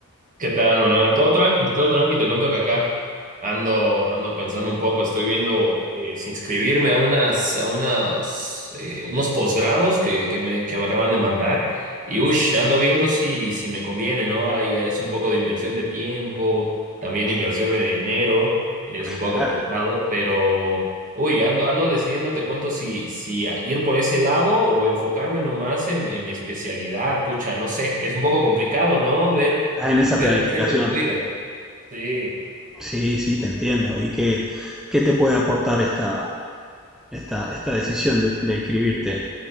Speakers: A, on the right; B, in the centre.
A: ¿Qué tal, Manuel? Todo tranqui, todo tranqui. Te cuento que acá ando, ando pensando un poco. Estoy viendo eh, si inscribirme a unas, a unas, eh, unos posgrados que, que me, que me acaban de mandar. Y ush, ando viendo si, si me conviene, ¿no? Ahí es un poco de inversión de tiempo, también
B: Sí,
A: inversión de dinero. Es
B: claro.
A: un poco pesado, pero uy, ando, ando decidiendo. Te cuento si, si a- ir por ese lado o enfocarme nomás en, en mi especialidad. Pucha, no sé. Es un poco complicado, ¿no? Ver
B: ¿Estás en esa
A: ver
B: planificación?
A: qué hacer con tu vida. Sí.
B: Sí, sí, te entiendo. ¿Y qué, qué te puede aportar esta, esta, esta decisión de, de inscribirte?